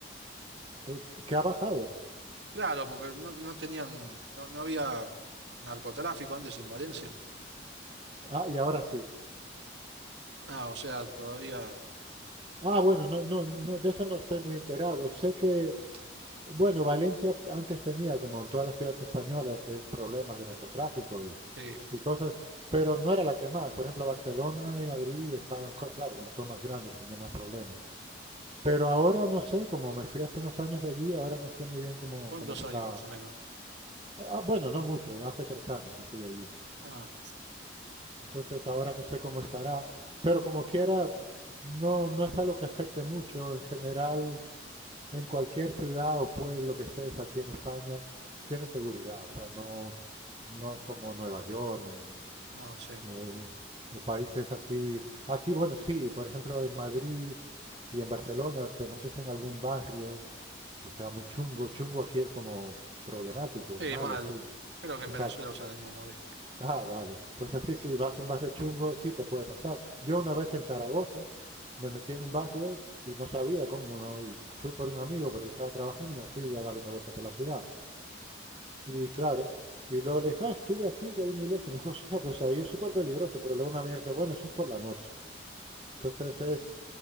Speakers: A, on the right; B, on the right.
A: eh, que ha bajado.
B: Claro, porque no, no tenían, no, no había narcotráfico antes en Valencia.
A: Ah, y ahora sí.
B: Ah, o sea, todavía.
A: Ah, bueno, no, no, no, de eso no estoy muy enterado. Sé que Bueno, Valencia antes tenía, como en todas las ciudades españolas, eh, problemas de narcotráfico y,
B: Sí.
A: y cosas, pero no era la que más. Por ejemplo, Barcelona y Madrid estaban, co- claro, como son más grandes, tenían más problemas. Pero ahora no sé, como me fui hace unos años de allí, ahora no sé muy bien cómo,
B: ¿Cuántos
A: cómo está.
B: años más o menos?
A: Ah, ah, bueno, no mucho, hace tres años me fui de allí.
B: Ah,
A: Entonces ahora no sé cómo estará, pero como quiera, no, no es algo que afecte mucho. En general, en cualquier ciudad o pueblo que estés aquí en España, tienes seguridad. O sea, no, no es como Nueva York ni,
B: no sé.
A: o, o países así. Aquí, bueno, sí, por ejemplo, en Madrid y en Barcelona te metes en algún barrio que sea muy chungo. Chungo aquí es como problemático,
B: Sí,
A: malo,
B: malo.
A: así.
B: Creo que en
A: O
B: Venezuela
A: sea,
B: usan el mismo modelo.
A: Ah, vale. Pues así, si vas a un barrio chungo, sí te puede pasar. Yo una vez en Zaragoza me metí en un barrio y no sabía cómo, no, y fui por un amigo, pero él estaba trabajando y me fui a dar una vuelta por la ciudad. Y claro, y luego le dije, ah, estuve aquí, que hay una iglesia. Me dijo, hostia, pues ahí es súper peligroso. Pero luego una amiga dice, bueno, eso es por la noche. Entonces es,